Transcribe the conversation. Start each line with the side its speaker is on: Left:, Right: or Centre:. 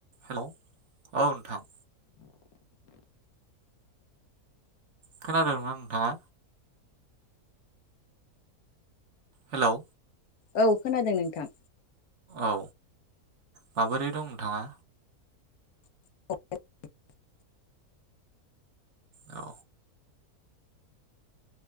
Right: हेलौ औ नोंथां खोनादोंना नोंथाङा हेलौ
Left: औ खोनादों नोंथां
Right: औ माबोरै दं नोंथाङा
Left: <unintelligible>
Right: औ